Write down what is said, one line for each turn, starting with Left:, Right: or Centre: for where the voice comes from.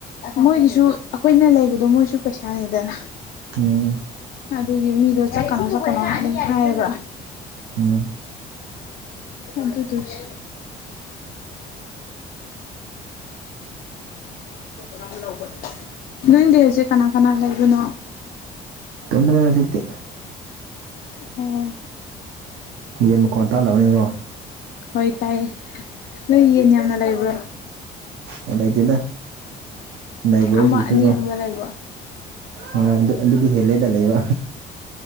Left: ꯃꯣꯏꯒꯤꯁꯨ ꯑꯈꯣꯏꯅ ꯂꯩꯕꯗꯣ ꯃꯣꯏꯁꯨ ꯄꯩꯁꯥꯅꯤꯗꯅ
Right: ꯑꯣ
Left: ꯑꯗꯨꯒꯤ ꯃꯤꯗꯣ ꯆꯠꯀꯅꯣ ꯆꯠꯀꯅꯣ ꯑꯗꯨꯝ ꯍꯥꯏꯌꯦꯕ
Right: ꯎꯝ
Left: ꯑꯗꯨꯗꯨꯒꯤ <unintelligible> ꯅꯪꯗꯤ ꯍꯧꯖꯤꯛ ꯀꯅꯥ ꯀꯅꯥ ꯂꯩꯕꯅꯣ
Right: ꯏꯇꯣꯝꯗꯅꯦ ꯍꯧꯖꯤꯛꯇꯤ
Left: ꯑꯣ
Right: ꯌꯦꯟ ꯃꯈꯣꯟ ꯇꯥꯅꯕꯅꯤꯀꯣ
Left: ꯍꯣꯏ ꯇꯥꯏꯌꯦ ꯅꯣꯏ ꯌꯦꯟ ꯌꯥꯝꯅ ꯂꯩꯕ꯭ꯔꯣ
Right: ꯌꯥꯝ ꯂꯩꯇꯦꯗ ꯂꯩꯕꯁꯤꯡꯁꯨꯀꯣ
Left: ꯑꯃ ꯑꯅꯤꯒꯨꯝꯕ ꯂꯩꯕ꯭ꯔꯣ
Right: ꯍꯣꯏ ꯑꯗꯨ ꯑꯗꯨꯗꯤ ꯍꯦꯜꯂꯦꯗ ꯂꯩꯕ